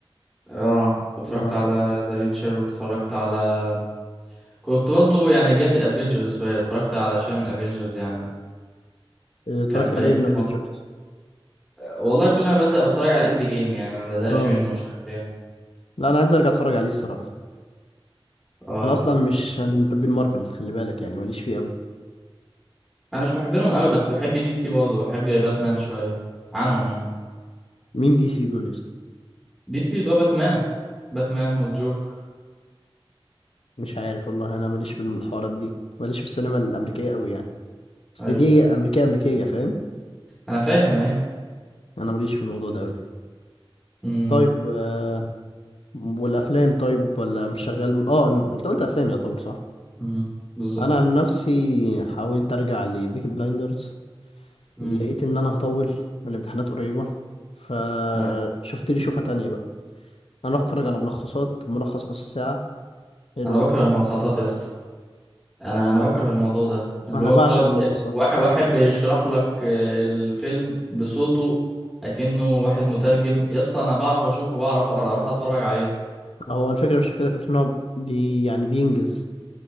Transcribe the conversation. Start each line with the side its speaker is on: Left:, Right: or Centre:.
Centre: اه اتفرجت
Left: اه
Centre: على ذا ريتشر واتفرجت على كنت برضو يعني رجعت الافينجرز شوية اتفرجت على شوية من افينجرز يعني
Left: إيه، اتفرجت
Centre: كان بقالي
Left: على ايه
Centre: كتير
Left: من افنجرز
Centre: ما- والله كل ما بزهق بتفرج على الاند جيم يعني ما بزهقش
Left: اه
Centre: منه مش عارف ايه
Left: لا انا عايز ارجع اتفرج عليه الصراحه
Centre: اه
Left: انا اصلا مش من محبين مارفل خلي بالك يعني ماليش فيه قوي
Centre: انا مش محب لهم قوي بس بحب دي سي برضه بحب باتمان شويه عنهم يعني
Left: مين دي سي دول يا اسطى
Centre: دي سي اللي هو باتمان باتمان والجوكر
Left: مش عارف والله انا ماليش في الحوارات دي ماليش في السينما الامريكيه قوي يعني اصل
Centre: ايوه
Left: دي
Centre: ايوه
Left: امريكيه امريكيه فاهم
Centre: انا فاهم ايوه
Left: انا ماليش في الموضوع ده قوي
Centre: امم
Left: طيب آه والافلام طيب ولا مش شغال اه إن- انت قلت افلام يعتبر صح
Centre: امم بالظبط
Left: انا عن نفسي حاولت ارجع لبيكي بلايندرز
Centre: امم
Left: لقيت ان انا هطول والامتحانات قريبه فشفت
Centre: تمام
Left: لي شوفه تانية بقى انا رحت اتفرج على ملخصات ملخص نص ساعه حلو
Centre: انا
Left: قوي
Centre: بكره الملخصات يا اسطى انا انا بكره الموضوع ده اللي
Left: انا
Centre: هو
Left: بعشق
Centre: بتقعد
Left: الملخصات
Centre: واحد
Left: الصراحه
Centre: واحد بيشرح لك آه، الفيلم بصوته اكنه واحد مترجم يا اسطى انا بعرف اشوف وبعرف اقرا اروح اتفرج عليه
Left: هو الفكره مش في كده فكره ان هو بي يعني بينجز